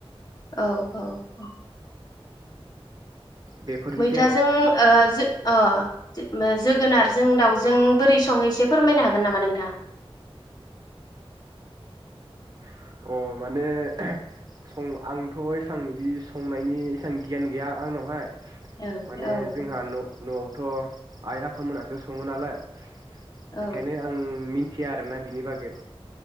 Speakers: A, on the left; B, on the right.
A: औ औ औ
B: बेफोरनोसै
A: मैथाजों
B: आरो
A: ओ जो अ ओम जोगोनारजों दाउजों बोरै संङो एसे फोरमायनो हागोन नामा नोंथाङा?
B: अ माने सं आंथ' एसां इदि संनायनि एसां गियान गैया आंनावहाय
A: औ
B: माने
A: औ
B: जोंहा
A: औ
B: न न'आवथ' आइ आफा मोनासो सङो नालाय। बेखायनो
A: औ
B: आं मिन थिया आरोना बिनि बागै।